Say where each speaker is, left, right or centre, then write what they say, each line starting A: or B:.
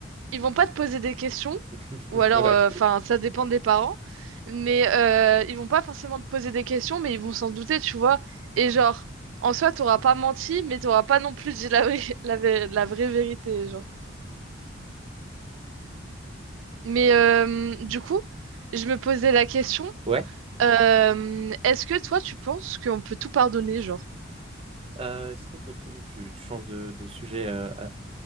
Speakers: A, on the right; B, on the right.
A: ils vont pas te poser des questions,
B: <laughs>
A: ou alors,
B: Ouais.
A: euh, enfin, ça dépend des parents, mais euh, ils vont pas forcément te poser des questions, mais ils vont s'en douter, tu vois. Et genre, en soi, t'auras pas menti, mais t'auras pas non plus dit la vraie, <laughs> la, vé- la vraie vérité, genre. Mais euh, du coup, je me posais la question,
B: Ouais.
A: euh, est-ce que toi, tu penses qu'on peut tout pardonner, genre?
B: Euh, est-ce qu'on peut tout... Tu, tu changes de, de sujet euh, a-